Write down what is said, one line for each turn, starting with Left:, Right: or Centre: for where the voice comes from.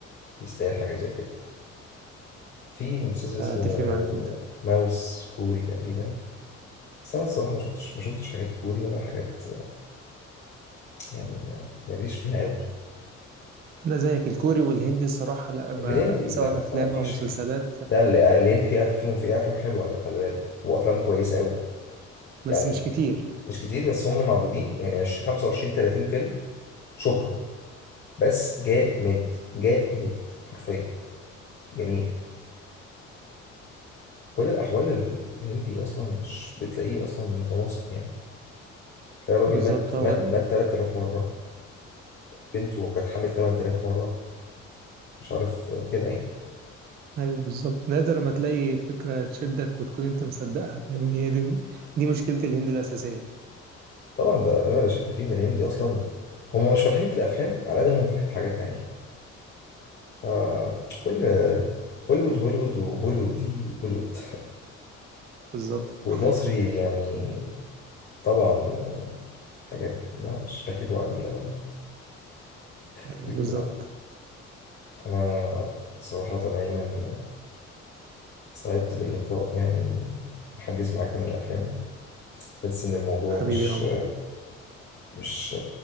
Left: يستاهل حاجه زي كده في مسلسل اسمه
Right: آه، أتفق معاك جدا
Left: ماوس كوري تقريبا بس انا الصراحه ما شفتش ما شفتش حاجات كوري ولا حاجات يعني ما- ماليش فيها قوي
Right: أنا زيك الكوري والهندي الصراحة لا ما
Left: الهندي
Right: سواء
Left: لا
Right: أفلام
Left: ما فيش
Right: أو مسلسلات
Left: هندي لا ال- الهندي فيه افلام فيه افلام حلوه على خلي بالك وافلام كويسه قوي
Right: بس
Left: يعني
Right: مش كتير
Left: مش كتير بس هم معدودين يعني 20 25 30 فيلم شكرا بس جامد
Right: امم
Left: جامد حرفيا جميل كل الأحوال الهندي أصلا مش بتلاقيه أصلا متناسق يعني تلاقي راجل
Right: بالظبط
Left: مات
Right: هو
Left: مات مات 3000 مرة بنته كانت حامل 8000 مرة مش عارف كده يعني
Right: ايوه بالظبط نادر ما تلاقي فكره تشدك وتكون انت مصدقها فاهمني هي دي دي مشكله الهند الاساسيه
Left: طبعا ده مما لا شك فيه إن الهندي أصلا هم مش فالحين في الأفلام على قد ما هم فالحين في حاجات تانية فكل هوليوود هوليوود وبوليوود دي بوليوود
Right: بالظبط
Left: والمصري
Right: <laughs>
Left: يعني طبعا حاجات لا مش باخد وعديلة بقى
Right: ايوه
Left: ترجع
Right: بالظبط
Left: أنا صراحة أيمن سعدت باللقاء يعني الحديث معاك عن الأفلام تحس إن الموضوع
Right: حبيبي
Left: مش
Right: يا عمر
Left: مش